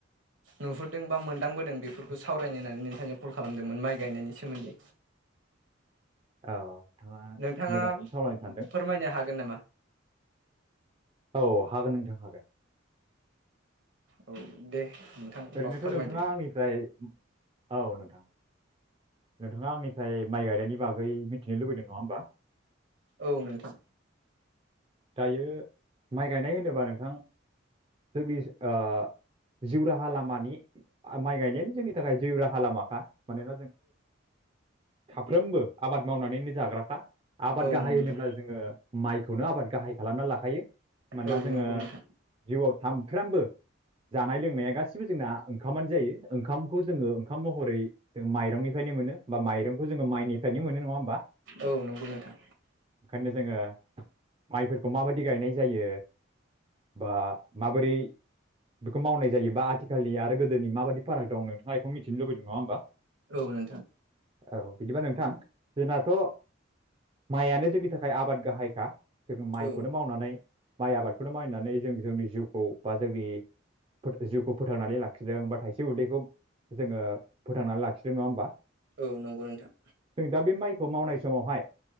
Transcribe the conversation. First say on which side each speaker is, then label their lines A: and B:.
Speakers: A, on the right; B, on the right.
A: नुहुरदों बा मोनदांबोदों बेफोरखौ सावरायनो होननानै नोंथांजों कल खालामदोंमोन माइ गायनायनि सोमोन्दै।
B: औ नोंथाङा
A: नोंथाङा
B: मोजांखौनो सावरायनो सानदों
A: फोरमायनो हागोन नामा? <inaudible>
B: औ हागोन नोंथां हागोन।
A: औ दे नोंथां होमबा
B: ओरैनोथ'
A: फोरमायदो
B: नोंथाङा आंनिफ्राय औ नोंथां नोंथाङा आंनिफ्राय माइ गायनायनि बागै मिथिनो लुबैदों नङा होमबा
A: औ नोंथां
B: दायो माइ गायनाय होनोबा नोंथां जोंनि ओ जिउ राहा लामानि माइ गायनायानो जोंनि थाखाय जिउ राहा लामाखा मानोना जों साफ्रोमबो आबाद मावनानैनो जाग्राखा आबाद
A: औ
B: गाहाय
A: नंगौ
B: होनोब्ला जोङो माइखौनो आबाद खालामना लाखायो मानोना
A: औ
B: जोङो
A: नंगौ नोंथां
B: जिउआव साम साफ्रोमबो जानाय लोंनाया गासिबो जोंना ओंखामानो जायो ओंखामखौ जोङो ओंखाम महरै जों माइरंनिफ्रायनो मोनो बा माइरंखौ जोङो माइनिफ्रायनो मोनो नङा होमबा
A: औ नंगौ नोंथां
B: बेखायनो जोङो माइफोरखौ माबायदि गायनाय जायो बा माबोरै बेखौ मावनाय जायो बा आथिखालनि आरो गोदोनि माबादि फाराग दं नोंथाङा एखौ मिथिनो लुबैदों नङा होमबा
A: औ नोंथां
B: औ बिदिबा नोंथां जोंनाथ' माइयानो जोंनि थाखाय आबाद गाहायखा जों माइखौनो
A: औ
B: मावनानै माइ आबादखौ मायनानै जों जोंनि जिउखौ बा जोंनि जिउखौ फोथांनानै लाखि लाखिदों बा थाइसे उदैखौ जोङो फोथांनानै लाखिदों नङा होमबा।
A: औ नंगौ नोंथां
B: जों दा बे माइखौ मावनाय समावहाय